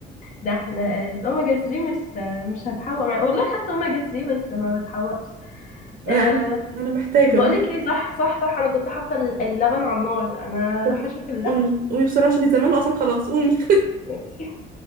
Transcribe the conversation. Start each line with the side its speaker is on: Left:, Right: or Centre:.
Left: ده احنا الاوميجا 3 مش مش هتحوق معايا والله خدت اوميجا 3 بس ما بتحوقش
Right: انا
Left: أه
Right: انا أنا محتاجه
Left: بقولك ايه صح صح صح انا كنت حاطة اللبن على النار انا
Right: طب
Left: هروح اشوف اللبن
Right: قومي قومي بسرعة شوفي زمان اصلا خلاص قومي
Left: <laughs>